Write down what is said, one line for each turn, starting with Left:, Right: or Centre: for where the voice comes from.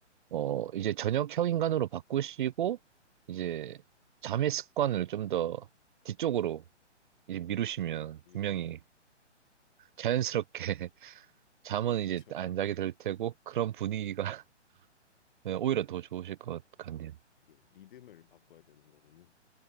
Right: 어, 이제 저녁형 인간으로 바꾸시고, 이제 잠의 습관을 좀 더 뒤쪽으로 이제 미루시면
Left: 위로면.
Right: 분명히 자연스럽게 <laughs> 잠은
Left: 아,
Right: 이제
Left: 그죠.
Right: 안 자게 될 테고, 그런 분위기가 <laughs> 네, 오히려 더 좋으실 것 같네요.
Left: 이게 리듬을 바꿔야 되는 거군요.